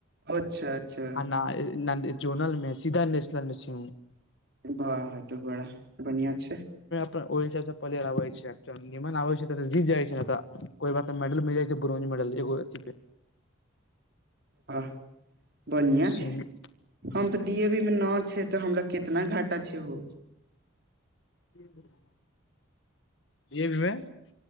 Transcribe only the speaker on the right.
अच्छा अच्छा
वाह त बड़ा बनिया छै
ह बढ़िया
छै हम तऽ डी ए बी मे न छै तऽ हमरा कितना घाटा छै हो